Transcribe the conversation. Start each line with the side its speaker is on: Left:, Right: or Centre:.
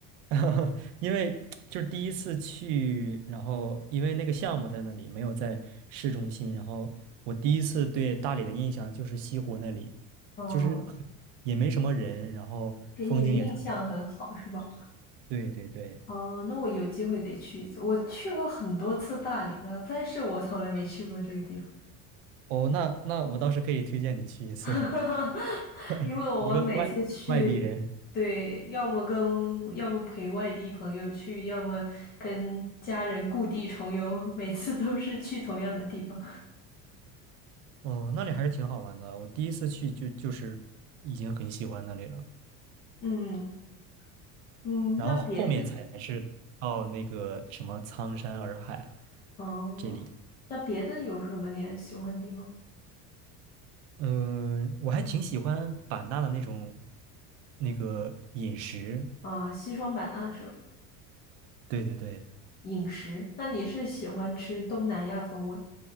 Right: <laughs> 因为就是第一次去，然后因为那个项目在那里，没有在市中心，然后我第一次对大理的印象就是西湖那里，
Left: 哦，
Right: 就是也没什么人，然后风景也特别好。
Left: 给你的印象很好是吧？
Right: 对对对。
Left: 哦，那我有机会得去一次。我去过很多次大理了，但是我从来没去过这个地方，
Right: 哦，那那我倒是可以推荐你去一次，
Left: <laughs> 因为我每次去，
Right: <laughs> 一个外外地人。
Left: 对，要么跟要么陪外地朋友去，要么跟家人故地重游，每次都是去同样的地方。
Right: 哦，那里还是挺好玩的。我第一次去就就是已经很喜欢那里了，
Left: 嗯嗯，
Right: 然后后面才是到那个什么苍山洱海
Left: 那别的，哦，
Right: 这里。
Left: 那别的有什么你很喜欢的地方？
Right: 嗯，我还挺喜欢版纳的那种那个饮食。
Left: 啊，西双版纳是吧？
Right: 对对对，
Left: 饮食，那你是喜欢吃东南亚风味？